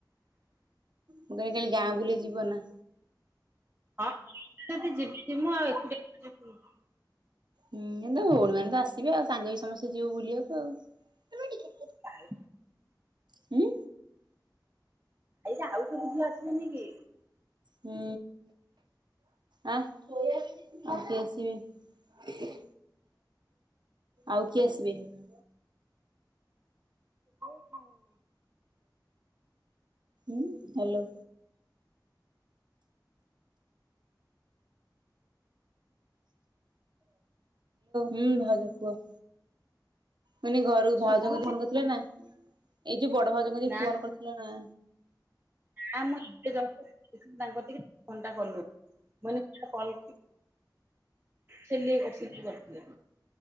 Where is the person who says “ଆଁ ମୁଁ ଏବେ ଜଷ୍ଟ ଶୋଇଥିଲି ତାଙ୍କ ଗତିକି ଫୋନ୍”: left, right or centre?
Right